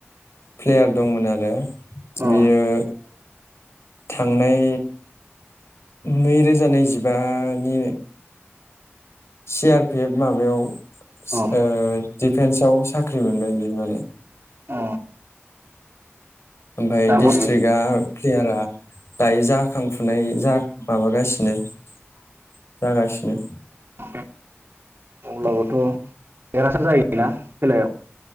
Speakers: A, on the left (about 70°); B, on the right (about 55°).
A: प्लेयार दंमोन आरो
B: अ
A: बियो थांनाय नैरोजा नैजिबानि सि आर पि एफ माबायाव सिओ
B: अ
A: दिडिफेन्सआव साख्रि मोनबाय बियो माने
B: अ
A: ओमफाय
B: दाबो
A: डिस्ट्रिक्टआ प्लेयारा दायो जाखांफुनाय जा माबागासिनो जागासिनो
B: <inaudible> अब्लाबोथ' देरहासार जायोना खेलायाव